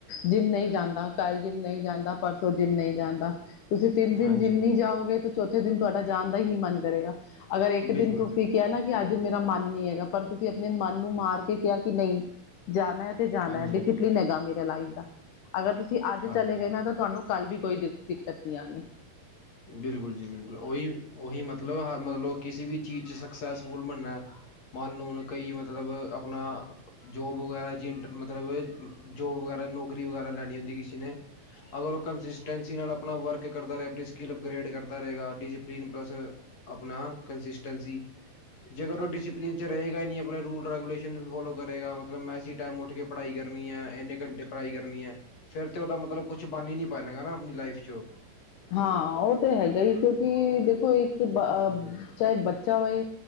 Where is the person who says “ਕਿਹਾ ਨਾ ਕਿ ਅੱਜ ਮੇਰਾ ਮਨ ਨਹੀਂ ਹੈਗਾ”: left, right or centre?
Left